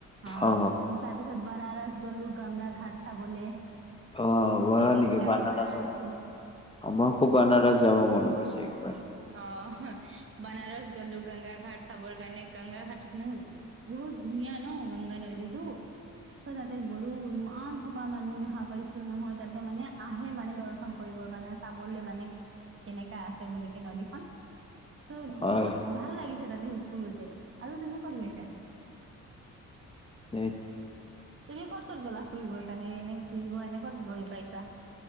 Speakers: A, on the right (about 40°); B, on the left (about 20°).
A: আহ
B: অ
A: তাৰ পিছত বানাৰস গ'লো গংগা ঘাট চাবলে
B: অ' গলা
A: দেল্লীত
B: নেকি
A: যাই
B: বানাৰসত।
A: বনাৰস
B: আমাৰকো বানাৰস যাব মন গৈছে একবাৰ।
A: অহ। বানাৰস গলো গংগা ঘাট চাবৰ কাৰণে, গংগা ঘাট মানে বহুত ধুনীয়া ন গংগা নদীতটো চ তাতে গৰু ইমান সোপা মানুহ দেখা পাইছো নহয় তাতে মানে আহে মানে দৰ্শন কৰিবৰ কাৰণে চাবলে মানে কেনেকা আছে বুলি কে নদীখন। চ'
B: হয়
A: বহুত ভাল লাগিছে তাতে <unintelligible> আৰু তুমি ক'ত গৈছা?
B: <inaudible>
A: তুমি ক'ত ক'ত গ'লা‌ ফুৰিব? সেইকাৰণে এনে ঘূৰিব এনে কত গৈ পাইছা?